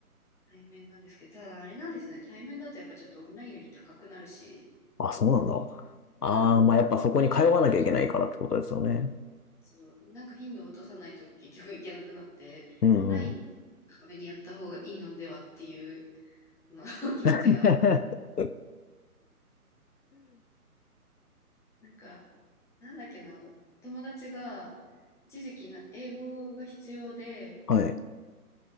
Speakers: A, in the centre; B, on the left (about 80°).
A: 対面なんですけど、ただあれなんですね、対面だとやっぱちょっとオンラインより高くなるし、
B: あ、そうなんだ。
A: うん、
B: ああ、まあやっぱそこに通わなきゃいけないからってことですよね。
A: そう、なんか頻度を落とさないと結局いけなくなって、
B: うんうん。
A: オンライン高めにやった方がいいのではっていう。の <laughs> 気持ちが。
B: <laughs>
A: なんか、なんだっけな、あの、友達が一時期な英語が必要で、
B: はい。